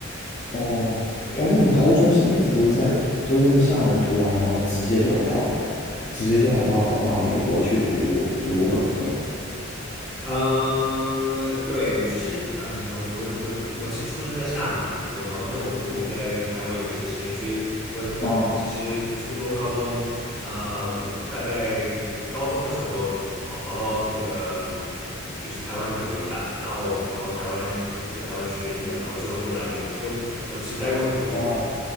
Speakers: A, on the left (about 35°); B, in the centre.
A: 哦哦，
B: 对。呀。
A: 那你高中是一直都是在都是在厦门读完，然后直接就来到直接就来到啊、呃美国去读读本科了。
B: 嗯，呃对，就是啊，怎么说？我我我是出生在厦门，没错。然后，但我父母在台湾有一些生意，所以我我其实初中、
A: 哦
B: 高中啊、呃我大概高中的时候跑跑到那个嗯就是台湾读了一下，然后然后台湾在台湾学英文，然后之后就来美国，所以我我其实待过很多地方。
A: 哦